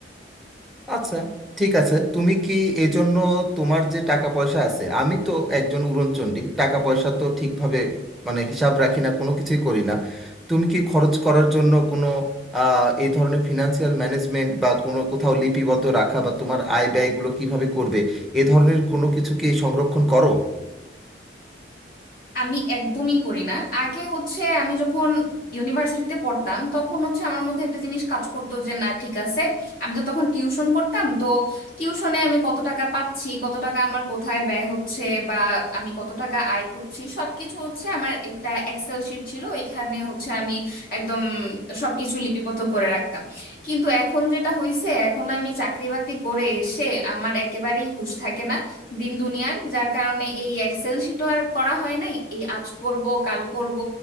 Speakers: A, in the centre; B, on the left.
A: আচ্ছা ঠিক আছে তুমি কি এই জন্য তোমার যে টাকা পয়সা আছে আমি তো একজন উড়নচণ্ডী টাকা পয়সা তো ঠিকভাবে মানে হিসাব রাখি না কোনো কিছুই করি না তুমি কি খরচ করার জন্য কোনো আহ, এই ধরনের ফিনান্সিয়াল ম্যানেজমেন্ট বা কোনো কোথাও লিপিবদ্ধ রাখা বা তোমার আয় ব্যয়গুলো কিভাবে করবে এ ধরনের কোনো কিছু কি সংরক্ষণ করো
B: আমি একদমই করি না আগে হচ্ছে আমি যখন ইউনিভার্সিটিতে পড়তাম তখন হচ্ছে আমার মধ্যে একটা জিনিস কাজ করতো যে না ঠিক আছে আমি তো তখন টিউশন করতাম তো টিউশনে আমি কত টাকা পাচ্ছি কত টাকা আমার কোথায় ব্যয় হচ্ছে বা আমি কত টাকা আয় করছি সবকিছু হচ্ছে আমার একটা এক্সেল শিট ছিল ওইখানে হচ্ছে আমি একদম সবকিছু লিপিবদ্ধ করে রাখতাম কিন্তু এখন যেটা হয়েছে এখন আমি চাকরি বাকরি করে এসে আমার একেবারেই হুঁশ থাকে না দিন দুনিয়ার যার কারণে এই এক্সেল শিটও আর করা হয় নাই এই আজ করব কাল করব